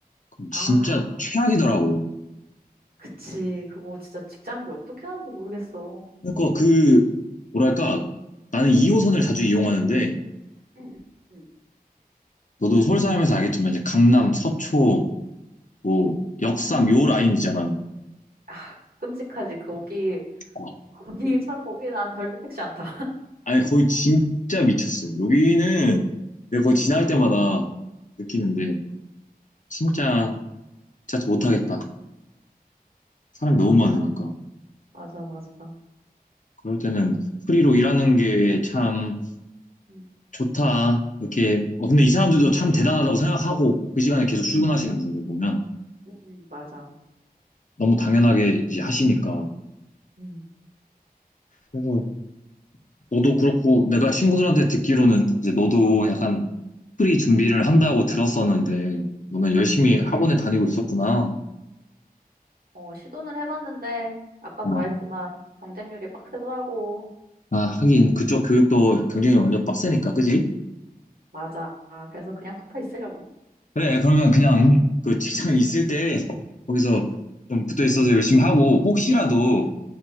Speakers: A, on the left; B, on the right.
A: 그럼
B: 아,
A: 진짜 최악이더라고.
B: 그치. 그거 진짜 직장인들 어떻게 하는지 모르겠어.
A: 그러니까 그 뭐랄까 나는 2호선을 자주 이용하는데
B: 응, 응,
A: 너도 서울 사람에서 알겠지만 이제 강남, 서초, 뭐
B: 응,
A: 역삼 요 라인이잖아.
B: 아, 끔찍하지. 거기,
A: 어,
B: 거기 차, 거기 난 절대 택시 안 타.
A: 아니 거의 진짜 미쳤어. 여기는 내가
B: 응,
A: 거의 지날 때마다 느끼는데
B: 응,
A: 진짜 진짜 못하겠다. 사람이
B: 맞아.
A: 너무 많으니까.
B: 맞아, 맞아.
A: 그럴 때는 프리로 일하는 게 참
B: 응,
A: 좋다. 이렇게 어, 근데 이 사람들도 참 대단하다고 생각하고 그 시간에 계속 출근하시는
B: 응,
A: 분들 보면
B: 응, 맞아.
A: 너무 당연하게 이제 하시니까.
B: 응
A: 그래서 너도 그렇고 내가 친구들한테 듣기로는 이제 너도 약간 프리 준비를 한다고 들었었는데 너는 열심히
B: 응,
A: 학원에
B: 응.
A: 음, 다니고 있었구나.
B: 어, 시도는 해봤는데, 아까도
A: 아,
B: 말했지만, 경쟁률이 빡세더라고.
A: 아, 하긴 그쪽 교육도 경쟁이 완전 빡세니까, 그지?
B: 맞아. 아, 그래서 그냥 붙어 있으려고.
A: 그래, 그러면 그냥 그 직장 있을 때 거기서 좀 붙어 있어서 열심히 하고 혹시라도
B: 응,